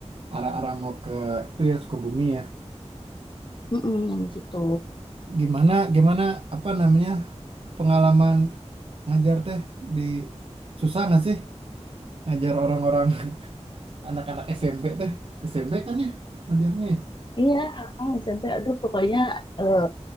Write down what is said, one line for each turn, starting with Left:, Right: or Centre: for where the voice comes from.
Right: arah-arah mau ke itu ya Sukabumi ya.
Left: Mm yang di situ.
Right: Gimana gimana apa namanya pengalaman ngajar teh di susah nggak sih ngajar orang-orang <laughs> anak-anak SMP teh SMP kan ya ngajarnya ya.
Left: Iya, ah, SMP. Aduh, pokoknya eh,